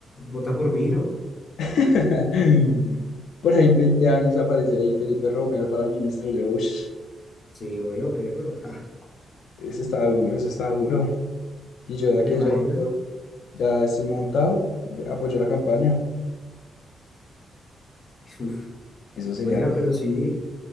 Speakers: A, on the left; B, on the left.
A: vota por mí, ¿no?
B: <laughs> Por ahí en veinte años aparece ahí Felipe Romero para ministro. Yo, ush,
A: Sí, obvio, perro. <laughs> ja,
B: eso está duro, eso está duro. Y yo de aquí
A: ¿Se imagina?
B: a allá de pronto ya estoy montado, apoyo la campaña.
A: Uf.
B: Eso sería
A: Oiga,
B: todo.
A: pero sí,